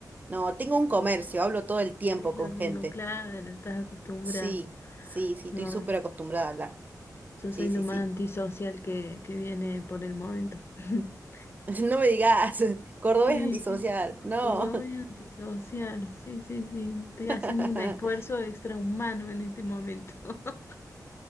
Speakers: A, on the right (about 25°); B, on the left (about 35°).
A: no, tengo un comercio, hablo todo el tiempo
B: Es
A: con
B: lo mismo,
A: gente,
B: claro, estás acostumbrada.
A: sí, sí, sí, estoy
B: No,
A: súper acostumbrada a hablar,
B: yo
A: sí,
B: soy
A: sí,
B: lo más
A: sí,
B: antisocial que, que viene por el momento. <laughs>
A: <laughs> no me digas, <laughs> cordobés
B: Sí,
A: antisocial,
B: sí,
A: no,
B: Córdoba es antisocial, sí, sí, sí. Estoy
A: <laughs>
B: haciendo un esfuerzo extrahumano en este momento, <laughs>